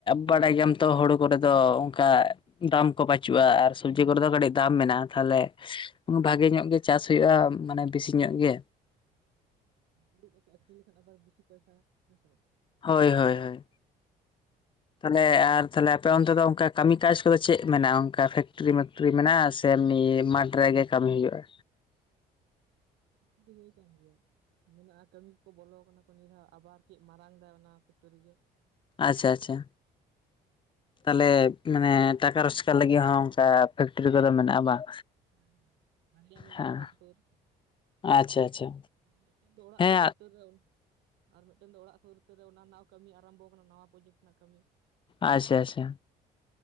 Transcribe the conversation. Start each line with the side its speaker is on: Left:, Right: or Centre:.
Left: ᱵᱟᱲᱟᱭ ᱜᱮᱭᱟᱢ ᱛᱚ ᱦᱩᱲᱩ ᱠᱚᱨᱮ ᱫᱚ ᱚᱱᱠᱟ ᱫᱟᱢ ᱠᱚ ᱵᱟᱪᱩᱜ ᱪᱩᱜᱼᱟ ᱟᱨ ᱥᱚᱵᱽᱡᱤ ᱠᱚᱨᱮ ᱫᱚ ᱵᱟᱪᱩᱜ ᱟ ᱟᱨ ᱥᱚᱵᱡᱤ ᱠᱚᱨᱮ ᱫᱚ ᱠᱟᱹᱴᱤᱡ ᱫᱟᱢ ᱢᱮᱱᱟᱜᱼᱟ ᱛᱟᱦᱚᱞᱮ ᱵᱷᱟᱜᱮ ᱧᱚᱜ ᱜᱮ ᱪᱟᱥ ᱦᱩᱭᱩᱜᱼᱟ᱾ ᱢᱟᱱᱮ ᱵᱤᱥᱤ ᱧᱚᱜ ᱢᱮᱱᱟᱜ ᱜᱮ
Right: ᱫᱩᱲᱩᱵ ᱠᱟᱛᱮᱫ ᱟᱹᱠᱷᱨᱤᱧ ᱞᱮᱠᱷᱟᱱ ᱟᱵᱟᱨ ᱵᱮᱥᱤ ᱯᱚᱭᱥᱟ ᱦᱮᱸ ᱥᱮ ᱵᱟᱝ
Left: ᱦᱳᱭ ᱦᱳᱭ ᱦᱳᱭ ᱛᱟᱦᱚᱞᱮ ᱟᱨ ᱛᱟᱦᱞᱮ ᱟᱯᱮ ᱚᱱᱛᱮ ᱫᱚ ᱚᱱᱠᱟ ᱠᱟᱹᱢᱤ ᱠᱟᱡ ᱠᱚᱫᱚ ᱪᱮᱫ ᱢᱮᱱᱟᱜᱼᱟ ᱚᱱᱠᱟ ᱯᱷᱮᱠᱴᱨᱤ ᱢᱮᱠᱴᱨᱤ ᱢᱮᱱᱟᱜᱼᱟ? ᱥᱮ
Right: ᱦᱮᱸ
Left: ᱢᱟᱴᱷ
Right: ᱥᱩᱨ
Left: ᱨᱮᱜᱮ ᱠᱟᱹᱢᱤ ᱦᱩᱭᱩᱜᱼᱟ᱾
Right: ᱠᱷ ᱠᱚᱭ ᱠᱟᱱᱢᱤ ᱜᱮᱭᱟ ᱱᱤᱭᱟᱹ ᱞᱟᱦᱟ ᱠᱟᱹᱢᱤ ᱠᱚᱠᱚ ᱵᱚᱞᱚ ᱠᱟᱱᱟ ᱠᱚ ᱱᱤᱭᱟᱹᱫᱷᱟᱣ ᱟᱵᱟᱨ ᱠᱟᱹᱡ ᱢᱟᱨᱟᱝ ᱫᱟᱭ ᱚᱱᱟ ᱯᱷᱮᱠᱴᱚᱨᱤ ᱜᱮ
Left: ᱟᱪᱪᱷᱟ ᱟᱪᱪᱷᱟ ᱛᱟᱞᱦᱮ ᱢᱟᱱᱮ ᱴᱟᱠᱟ ᱨᱳᱡᱽᱜᱟᱨ ᱞᱟᱹᱜᱤᱫ ᱦᱚᱸ ᱚᱱᱠᱟ ᱯᱷᱮᱠᱴᱨᱤ ᱠᱚᱫᱚ ᱢᱮᱱᱟᱜᱼᱟ ᱵᱟᱝ?
Right: ᱦᱮᱸ ᱦᱮᱸ ᱵᱟᱨᱭᱟ ᱢᱮᱱᱟᱜᱼᱟ
Left: ᱦᱮᱸ
Right: ᱥᱩᱨ - ᱥᱩᱨ᱾
Left: ᱟᱪᱪᱷᱟ ᱟᱪᱪᱷᱟ
Right: ᱟᱨ ᱢᱮᱴᱮᱱ ᱫᱚ ᱚᱲᱟᱜ
Left: ᱦᱮᱸ
Right: ᱥᱩᱨ ᱩᱛᱟᱹᱨ ᱨᱮ ᱟᱨ ᱢᱤᱫᱴᱮᱱ ᱫᱚ ᱚᱲᱟᱜ ᱥᱳᱨ ᱩᱛᱟᱹᱨ ᱨᱮ ᱚᱱᱟ ᱨᱮᱱᱟᱜ ᱠᱟᱹᱢᱤ ᱟᱨᱟᱢᱵᱚ ᱟᱠᱟᱱᱟ ᱱᱟᱣᱟ ᱯᱨᱚᱡᱮᱠᱴ ᱨᱮᱱᱟᱜ ᱠᱟᱹᱢᱤ
Left: ᱟᱪᱪᱷᱟ ᱟᱪᱪᱷᱟ